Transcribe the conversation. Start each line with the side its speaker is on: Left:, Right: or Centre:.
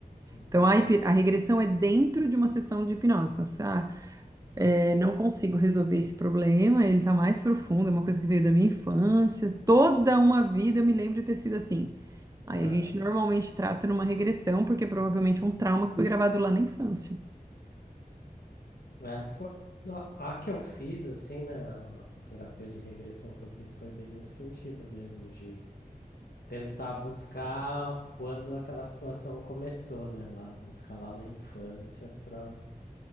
Left: entendi.
Right: Então, a, hipi- a regressão é dentro de uma sessão de hipnose. Então, você, ah, eh, não consigo resolver esse problema, ele está mais profundo, é uma coisa que veio da minha infância. Toda uma vida eu me lembro de ter sido assim. Aí
Left: Aham.
Right: a gente normalmente trata numa regressão, porque provavelmente é um trauma que foi gravado lá na infância.
Left: É, foi... no- A que eu fiz, assim, né? A a terapia de regressão que eu fiz foi bem nesse sentido mesmo, de. Tentar buscar quando aquela situação começou, né? Lá, buscar lá na infância para